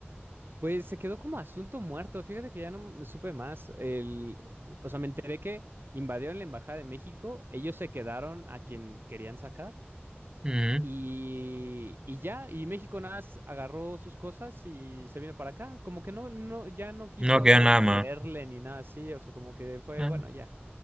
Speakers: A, on the right (about 55°); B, on the right (about 20°).
A: Pues se quedó como asunto muerto. Fíjate que ya no me supe más. El, o sea, me enteré que invadieron la Embajada de México. Ellos se quedaron a quien querían sacar.
B: Ujú.
A: Y, y ya, y México nada más agarró sus cosas y se vino para acá. Como que no, no, ya no quiso
B: No quedó nada
A: moverle
B: más.
A: ni nada así. O sea, como que fue,
B: Ah,
A: bueno, ya,